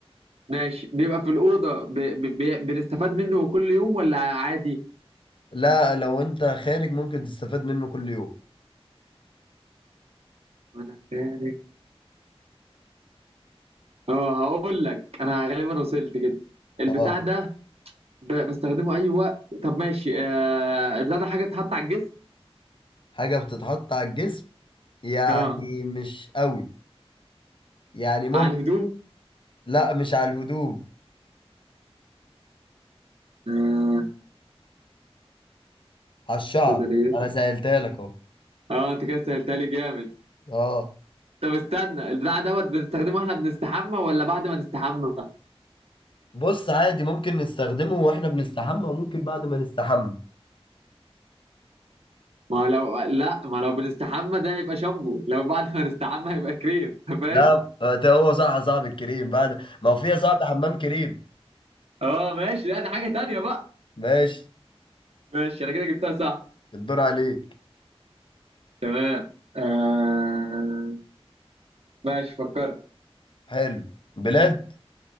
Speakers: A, on the right; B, on the left.
A: ماشي بيبقى في الأوضة ب... ب... ب... بنستفاد منه كل يوم ولا عادي؟
B: لا لو انت خارج ممكن تستفاد منه كل يوم
A: ما أنا خارج اه هقول لك أنا غالبا وصلت كده البتاع
B: اه
A: ده ب... بستخدمه أي وقت طب ماشي آه... البتاع ده حاجة بتتحط على الجسم
B: حاجة بتتحط على الجسم يعني
A: اه
B: مش قوي يعني ممكن
A: على الهدوم
B: لا مش على الهدوم
A: اه
B: على الشعر
A: صيدليات
B: انا سهلتها لك اهو
A: اه انت كده سألتها لي جامد
B: اه
A: طب استنى البتاع دوت بنستخدمه احنا بنستحمى ولا بعد ما نستحمى؟
B: بص عادي ممكن نستخدمه واحنا بنستحمى وممكن بعد ما نستحمى
A: ما هو لو لا ما لو بنستحمى ده هيبقى شامبو لو بعد ما نستحمى هيبقى كريم <laughs> فاهم
B: لا ده هو صح صاحب الكريم بعد ما هو فيها صاحب حمام كريم
A: اه ماشي لا ده حاجة تانية بقى
B: ماشي
A: ماشي انا كده جبتها صح
B: الدور عليك
A: تمام آه... ماشي فكرت
B: حلو بلاد